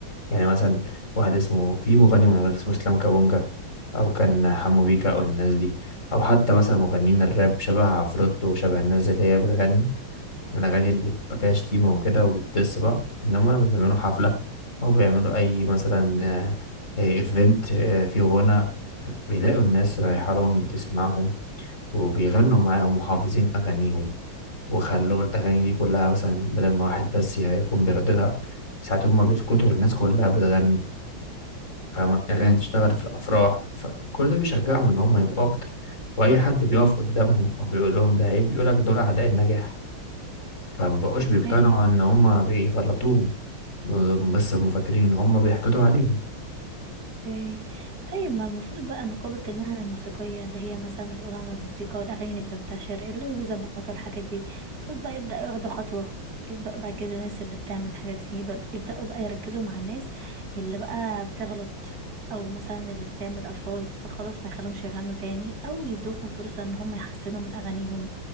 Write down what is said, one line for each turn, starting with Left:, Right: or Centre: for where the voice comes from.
Left: يعني مثلا واحد اسمه في مغني من الولايات اسمه اسلام كابونجا او كان حمو بيكا او الناس دي او حتى مثلا مغنيين الراب شبه عفروتو وشبه الناس اللي هي بتغني الاغاني اللي بيبقى فيها شتيمه وكده وبتدس بعض انما لما بيعملوا حفله او بيعملوا اي مثلا ايفنت فيه غنى بيلاقوا الناس رايحه لهم بتسمعهم وبيغنوا معاهم وحافظين اغانيهم وخلوا الاغاني دي كلها مثلا بدل ما واحد بس يكون بيرددها ساعات هما بيسكتوا والناس كلها بتغني فاهم أغاني تشتغل في الأفراح فكل ده بيشجعهم إن هم يبقوا أكتر وأي حد بيقف قدامهم أو بيقول لهم ده عيب بيقولك دول أعداء النجاح فما بقوش بيقتنعوا
Right: ايه
Left: إن هم بيغلطوهم بس هم فاكرين إن هم بيحقدوا عليهم
Right: اوكي طيب ما المفروض بقى نقابة المهنة الموسيقية اللي هي مثلا مسؤولة عن الموسيقى والأغاني اللي بتنتشر اللي بيظبطوا الحاجات دي المفروض بقى يبدأ ياخدوا خطوة يبدأوا بقى يجازوا الناس اللي بتعمل الحاجات دي يبقى- يبدأوا بقى يركزوا مع الناس اللي بقى بتغلط أو مثلا اللي بتعمل ألفاظ فخلاص ما يخلوهمش يغنوا تاني أو يدوهم فرصة إن هم يحسنوا من أغانيهم